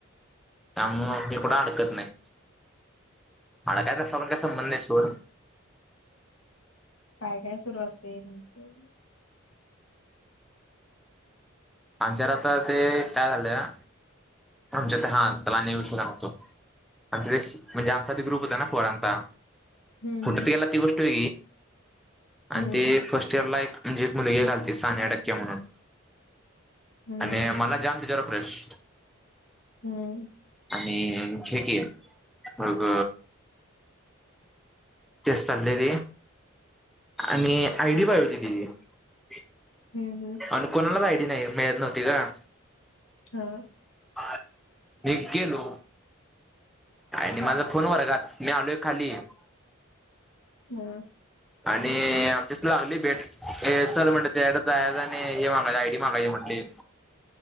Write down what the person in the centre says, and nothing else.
त्यामु मी कुठं अडकत नाही अडकायत असवर का संबंध नाही सोड.
आमच्या आता ते काय झालं आमच्या ते हा त्याला विषयतो आमच्या ते म्हणजे आमचा ते ग्रुप होता ना पोरांचा
फुटत गेला ती गोष्ट ठ आणि
ते फर्स्ट इयर ला एक म्हणजे एक मुलगी घालते सानिया टक्के म्हणून
आणि मला जाम तिज्यावर क्रश.
आणि घे की मग जस चाललेली. आणि आय डी पायजे होती तिची
आणि कोणालाच आय डी नाही मिळत नव्हती का?
आत मी गेलो. आणि माझा फोन वरगात मी आलोय खाली
आणि आमच्याथ लागली बेट ए चल म्हणल, त्याकड जायच आणि हे मागायच आय डी मागायची म्हणली.